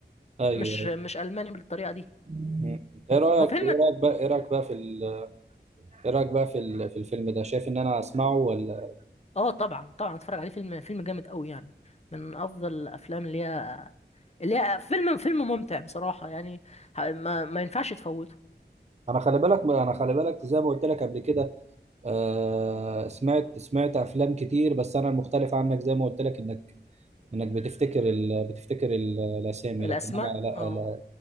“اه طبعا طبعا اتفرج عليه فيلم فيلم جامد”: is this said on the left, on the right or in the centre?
Left